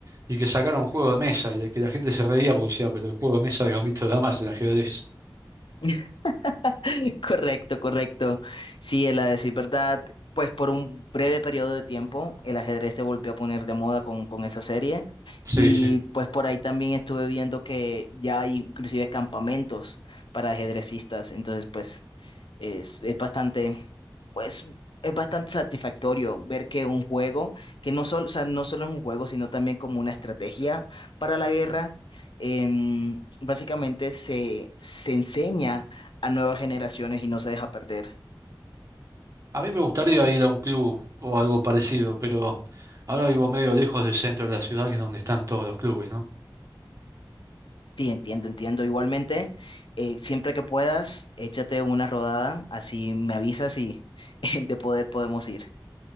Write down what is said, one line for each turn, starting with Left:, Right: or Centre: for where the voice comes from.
Right: y que sacaron un juego de mesa, y de que la gente se reía porque decía, pero el juego de mesa de Gambito de Damas, el ajedrez.
Left: <laughs> <laughs> Correcto, correcto. Sí, el a decir verdad, pues por un breve periodo de tiempo el ajedrez se volvió a poner de moda con, con esa serie
Right: Sí,
Left: y
Right: sí.
Left: pues por ahí también estuve viendo que ya hay inclusive campamentos para ajedrecistas, entonces pues es, es bastante, pues es bastante satisfactorio ver que un juego, que no solo, o sea, no solo es un juego, sino también como una estrategia para la guerra, em, básicamente se, se enseña a nuevas generaciones y no se deja perder.
Right: A mí me gustaría ir a un club o algo parecido, pero ahora vivo medio lejos del centro de la ciudad, que es donde están todos los clubes, ¿no?
Left: Sí, entiendo, entiendo. Igualmente, eh, siempre que puedas, échate una rodada, así me avisas y <laughs> de poder podemos ir.